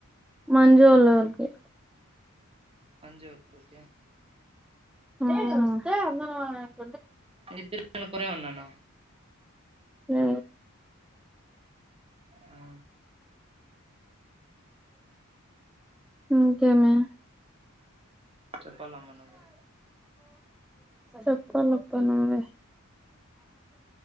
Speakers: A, in the centre; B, on the right (about 25°).
A: మంజోళ్ళురికి
B: మంజూళ్ళూరిక
A: ఆ
B: నిను ఇద్దరు <unintelligible> ఉన్నాను
A: మ్
B: ఆ
A: ఇం కేమి
B: చెప్పాలమ్మ నువ్వే
A: చెప్పాలబ్బా నువ్వే